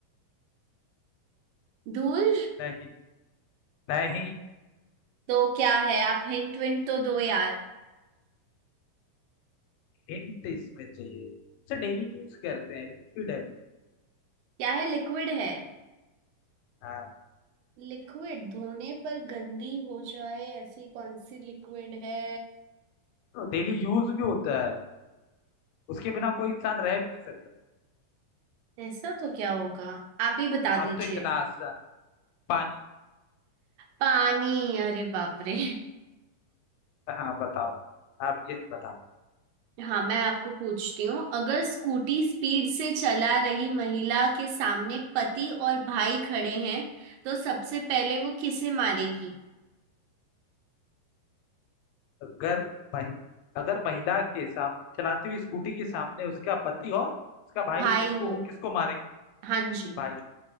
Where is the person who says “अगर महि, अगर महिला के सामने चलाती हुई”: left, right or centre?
Left